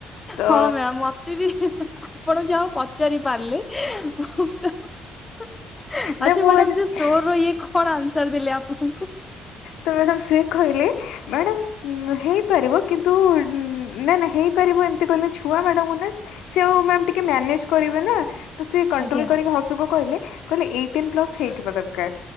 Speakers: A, on the left (about 90°); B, on the left (about 20°).
A: ତ
B: ହଁ ମ୍ୟାମ୍ ମତେ ବି ଆପଣ ଯାହା ହଉ ପଚାରି ପାରିଲେ। ଆଛା
A: ନା ମୁଁ
B: ମ୍ୟାଡ଼ାମ
A: ଆଜି
B: ସେ ଷ୍ଟୋର ଇଏ କଣ ଆସ୍ନାର ଦେଲେ ଆପଣଙ୍କୁ।
A: ତ ମ୍ୟାଡାମ ସିଏ କହିଲେ ମ୍ୟାଡାମ୍ ହେଇପାରିବ କିନ୍ତୁ ନା ନା ହେଇପାରିବ ଏମିତି କଲେ ଛୁଆ ମ୍ୟାଡାମ୍ ଙ୍କୁ ନା ସେ ଆଉ ମ୍ୟାମ୍ ଟିକେ ମ୍ୟାନେଜ କରିବେ ନା। ତ ସେ କଣ୍ଟ୍ରୋଲ
B: ଆଜ୍ଞା।
A: କରିକି ହସୁ କୁ କହିଲେ କହିଲେ ଏଇଟିନ୍ ପ୍ଲସ ହେଇଥିବା ଦରକାର